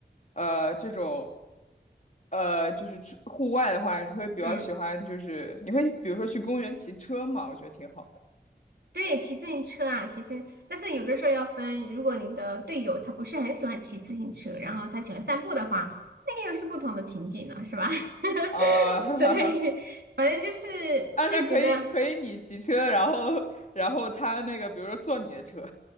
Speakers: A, on the left; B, on the right.
A: 呃，这种，呃，就是出户外的话，你会比较喜欢，
B: 嗯。
A: 就是你会比如说去公园骑车嘛？我觉得挺好的
B: 对，骑自行车啊，其实，但是有的时候要分，如果你的队友他不是很喜欢骑自行车，然后他喜欢散步的话，那又是不同的情景了，是吧？
A: 啊，
B: <laughs>
A: <laughs> 哈哈哈。
B: 所以反正就是就觉得
A: 啊，那可以可以，你骑车，然后然后他那个，比如说坐你的车。